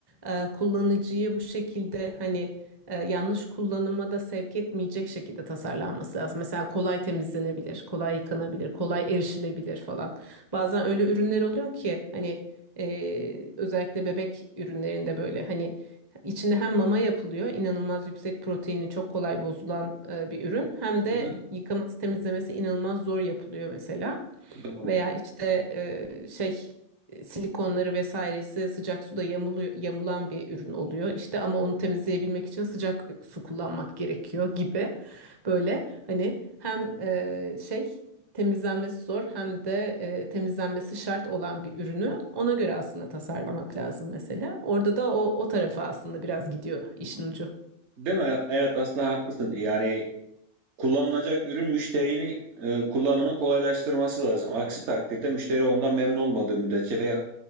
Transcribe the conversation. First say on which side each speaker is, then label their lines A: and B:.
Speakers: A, on the right; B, on the right.
A: e, kullanıcıyı bu şekilde hani e, yanlış kullanıma da sevk etmeyecek şekilde tasarlanması lazım. Mesela kolay temizlenebilir, kolay yıkanabilir, kolay erişilebilir falan. Bazen öyle ürünler oluyor ki hani e, özellikle bebek ürünlerinde böyle hani İçinde hem mama yapılıyor, inanılmaz yüksek proteini çok kolay bozulan e, bir ürün. Hem de
B: Hı hı,
A: yıkaması, temizlemesi inanılmaz zor yapılıyor mesela.
B: Doğru.
A: Veya işte e, şey e, silikonları vesairesi sıcak suda yamuluyor, yamulan bir ürün oluyor. İşte ama onu temizleyebilmek için sıcak su kullanmak gerekiyor gibi. Böyle hani hem e, şey temizlenmesi zor hem de e, temizlenmesi şart olan bir ürünü ona göre aslında tasarlamak lazım mesela. Orada da o, o tarafa aslında biraz gidiyor işin ucu.
B: Değil mi? Evet aslında haklısın. Yani kullanılacak ürün müşterinin e, kullanımı kolaylaştırması lazım. Aksi takdirde müşteri ondan memnun olmadığı müddetçe veya